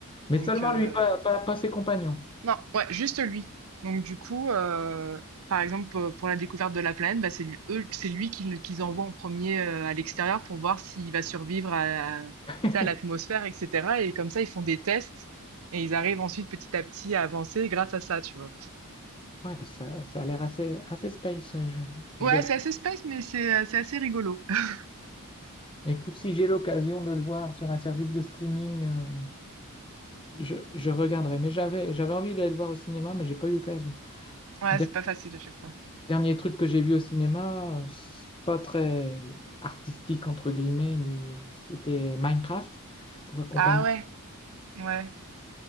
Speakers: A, on the left (about 25°); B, on the right (about 65°).
A: Mais
B: Donc,
A: seulement
B: euh,
A: lui, pas, pas, pas ses compagnons.
B: non, ouais, juste lui. Donc du coup, euh, par exemple, euh, pour la découverte de la planète, bah, c'est lui, eux- c'est lui qu'ils qu'ils envoient en premier euh, à l'extérieur pour voir s'il va survivre à, à,
A: <laughs>
B: tu à l'atmosphère, etc. Et comme ça, ils font des tests et ils arrivent ensuite petit à petit à avancer grâce à ça, tu vois.
A: Ouais, parce que ça, ça a l'air assez, assez space. euh, Je, je
B: Ouais,
A: verrai.
B: c'est assez space, mais c'est euh, c'est assez rigolo. <laughs>
A: Écoute, si j'ai l'occasion de le voir sur un service de streaming, euh, je, je regarderai. Mais j'avais, j'avais envie d'aller le voir au cinéma, mais j'ai pas eu l'occasion.
B: Ouais,
A: Der-
B: c'est pas facile à chaque fois.
A: Dernier truc que j'ai vu au cinéma, euh, c'est pas très artistique, entre guillemets, ni... c'était Minecraft pour accompagner.
B: Ah ouais, ouais.